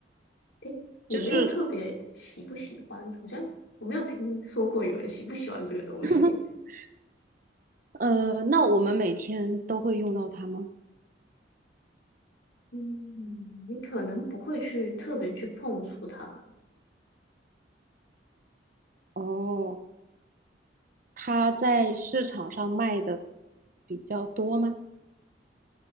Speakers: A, on the left (about 80°); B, on the right (about 50°).
A: 诶，也没有特别喜不喜欢，
B: 就是，
A: 好像我没有听说过有人喜不喜欢这个东西。
B: <laughs> 呃，那我们每天都会用到它吗？
A: 嗯，你可能不会去特别去碰触它，
B: 哦，它在市场上卖的比较多吗？